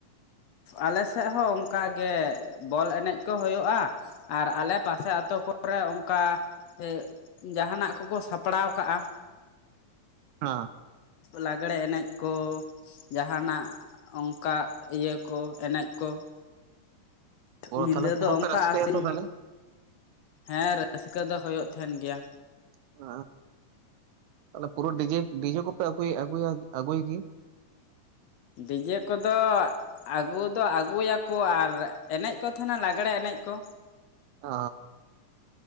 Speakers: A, on the left; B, on the right.
A: ᱟᱞᱮ ᱥᱮᱫ ᱦᱚᱸ ᱚᱱᱠᱟᱜᱮ ᱵᱚᱞ ᱮᱱᱮᱡ ᱠᱚ ᱦᱩᱭᱩᱜᱼᱟ ᱟᱨ ᱟᱞᱮ ᱯᱟᱥᱮ ᱟᱹᱛᱳ ᱠᱚᱨᱮ ᱚᱱᱠᱟ ᱥᱮ ᱡᱟᱦᱟᱱᱟᱜ ᱠᱚᱠᱚ ᱥᱟᱯᱲᱟᱣ ᱠᱟᱜᱼᱟ᱾
B: <unintelligible>
A: ᱞᱟᱹᱜᱽᱲᱮ ᱮᱱᱮᱡ ᱠᱚ ᱡᱟᱦᱟᱱᱟᱜ ᱚᱱᱠᱟ ᱤᱭᱟᱹ ᱠᱚ ᱮᱱᱮᱡ ᱠᱚ᱾
B: ᱚ
A: ᱧᱤᱫᱟᱹ
B: ᱛᱟᱦᱚᱞᱮ ᱯᱩᱨᱟᱹ
A: ᱫᱚ ᱚᱱᱠᱟ
B: ᱯᱮ ᱨᱟᱹᱥᱠᱟᱹᱭᱟ
A: ᱟᱥᱤᱱ
B: ᱛᱚ ᱛᱟᱦᱚᱞᱮ
A: ᱦᱮᱸ ᱨᱟᱹᱥᱠᱟᱹ ᱫᱚ ᱦᱩᱭᱩᱜ ᱛᱟᱦᱮᱱ ᱜᱮᱭᱟ᱾
B: ᱚ, ᱛᱟᱦᱚᱞᱮ ᱯᱩᱨᱟᱹ ᱰᱤᱡᱮ ᱰᱤᱡᱮ ᱠᱚᱯᱮ ᱟᱜᱩᱭᱟ ᱟᱜᱩᱭᱟ ᱜᱮ᱾
A: ᱰᱤᱡᱮ ᱠᱚᱫᱚ ᱟᱹᱜᱩ ᱫᱚ ᱟᱹᱜᱩᱭᱟᱠᱚ ᱟᱨ ᱮᱱᱮᱡ ᱠᱚ ᱛᱟᱦᱮᱱᱟ ᱞᱟᱹᱜᱽᱲᱮ ᱮᱱᱮᱡ ᱠᱚ
B: ᱚ